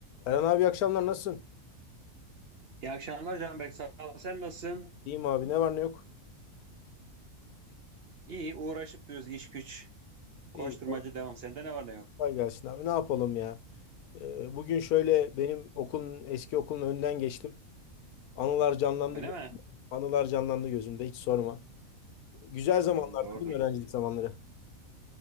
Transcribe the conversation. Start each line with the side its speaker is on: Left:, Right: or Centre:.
Left: Eren abi iyi akşamlar nasılsın?
Right: İyi akşamlar Canberk. Sağ ol. Sen nasılsın?
Left: İyiyim abi ne var ne yok.
Right: İyi. Uğraşıp diyoruz. iş güç.
Left: İyi.
Right: Koşturmacı devam. Sende ne var ne yok?
Left: Kolay gelsin abi. Ne yapalım ya? Ee, bugün şöyle benim okulun eski okulun önünden geçtim. Anılar canlandı
Right: Öyle
Left: gö-
Right: mi?
Left: anılar canlandı gözümde hiç sorma. Güzel
Right: Hmm,
Left: zamanlardı
Right: doğrudur.
Left: değil mi öğrencilik zamanları?